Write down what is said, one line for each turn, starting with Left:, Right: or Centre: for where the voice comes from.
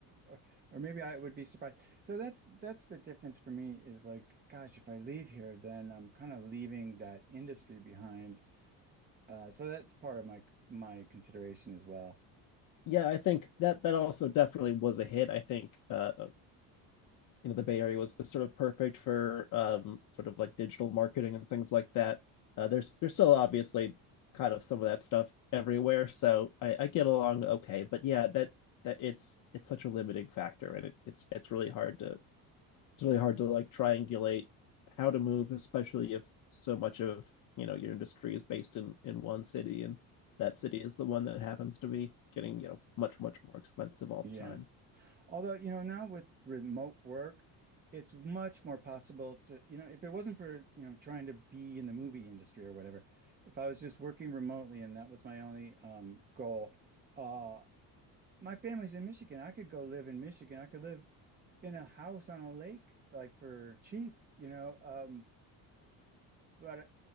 Right: or, or maybe I would be surprised. So that's that's the difference for me is like, gosh, if I leave here, then I'm kind of leaving that industry behind. Uh, so that's part of my my consideration as well.
Left: Yeah, I think that that also definitely was a hit. I think uh, you know the Bay Area was was sort of perfect for um sort of like digital marketing and things like that. Uh, there's there's still obviously kind of some of that stuff everywhere, so I, I get along okay. But yeah, that that it's it's such a limiting factor, and it, it's it's really hard to it's really hard to like triangulate how to move, especially if so much of you know your industry is based in in one city and that city is the one that happens to be getting you know much much more expensive all the
Right: Yeah.
Left: time
Right: Although, you know, now with remote work, it's much more possible to, you know, if it wasn't for, you know, trying to be in the movie industry or whatever, if I was just working remotely and that was my only um, goal, uh, my family's in Michigan. I could go live in Michigan. I could live in a house on a lake, like for cheap, you know. Um, but